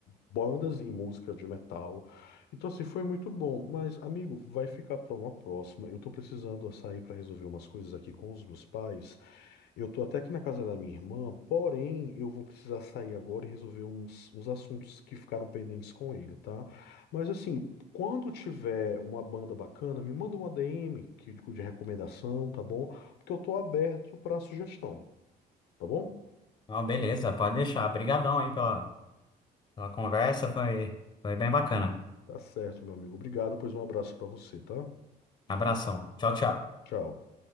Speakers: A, on the left; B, on the left.
A: bandas e música de metal. Então assim, foi muito bom, mas amigo, vai ficar pra uma próxima. Eu tô precisando sair pra resolver umas coisas aqui com os meus pais. Eu tô até aqui na casa da minha irmã, porém eu vou precisar sair agora e resolver uns, uns assuntos que ficaram pendentes com ele, tá? Mas assim, quando tiver uma banda bacana, me manda uma DM que, de recomendação, tá bom? Porque eu tô aberto pra sugestão, tá bom?
B: Não, beleza, pode deixar. Obrigadão aí pela, pela conversa, foi, foi bem bacana.
A: Tá certo, meu amigo. Obrigado, pois um abraço pra você, tá?
B: Abração. Tchau, tchau.
A: Tchau.